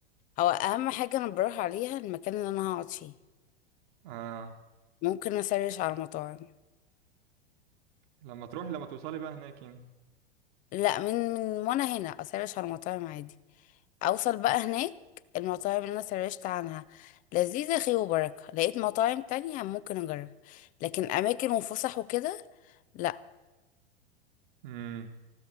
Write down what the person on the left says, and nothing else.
او اهم حاجة انا بروح عليها المكان اللي انا هقعد فيه
ممكن اسرش على مطاعم
لا من من وانا هنا اسرش على مطاعم عادي اوصل بقى هناك المطاعم اللي انا سرشت عنها لذيذة خير وبركة لقيت مطاعم تانية ممكن اجرب لكن اماكن وفسح وكده لا